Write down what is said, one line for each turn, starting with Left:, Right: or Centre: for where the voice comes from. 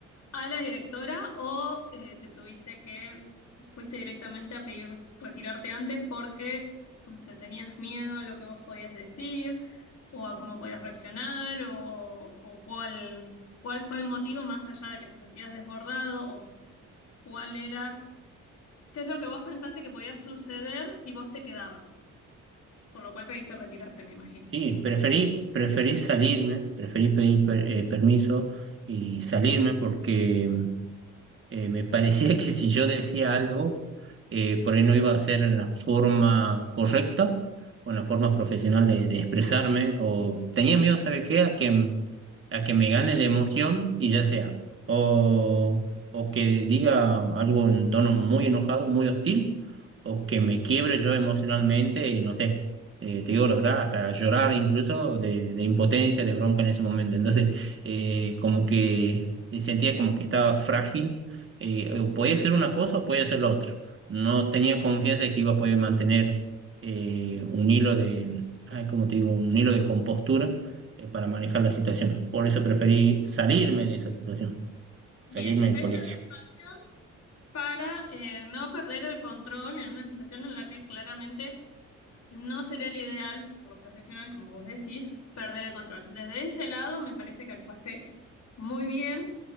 Left: a la directora o eh, te tuviste que, fuiste directamente a pedir retirarte antes porque, no sé, tenías miedo a lo que vos podías decir o a cómo podías reaccionar o, o cuál, cuál fue el motivo más allá de que te sentías desbordado o cuál era, qué es lo que vos pensaste que podía suceder si vos te quedabas, por lo cual pediste retirarte, me imagino.
Right: Sí, preferí, preferí salirme, preferí pedir per- eh, permiso y salirme porque eh, me parecía que si yo decía algo, eh, por ahí no iba a ser en la forma correcta o en la forma profesional de, de expresarme, o tenía miedo, ¿sabe qué? A que, a que me gane la emoción y ya sea, o, o que diga algo en tono muy enojado, muy hostil, o que me quiebre yo emocionalmente y no sé, eh, te digo la verdad, hasta llorar incluso de, de impotencia, de bronca en ese momento. Entonces, eh, como que sentía como que estaba frágil, eh, o podía hacer una cosa o podía hacer lo otro. No tenía confianza de que iba a poder mantener eh, un hilo de, ay, ¿cómo te digo? Un hilo de compostura eh, para manejar la situación. Por eso preferí salirme de esa situación,
Left: Bien,
Right: salirme
Left: te
Right: del
Left: seguiste
Right: colegio.
Left: la situación para eh, no perder el control en una situación en la que claramente no sería el ideal, por lo profesional, como vos decís, perder el control. Desde ese lado me parece que actuaste muy bien,